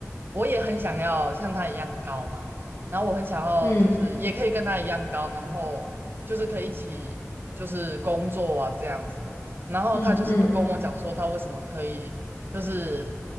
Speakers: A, on the right (about 45°); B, on the left (about 60°).
A: 我也很想要像他一样高嘛，然后我很想要就是也可以跟他一样高，
B: 嗯
A: 然后就是可以一起就是工作啊这样子，然后他就是不跟我讲说他为什么可以。
B: 嗯嗯
A: 就是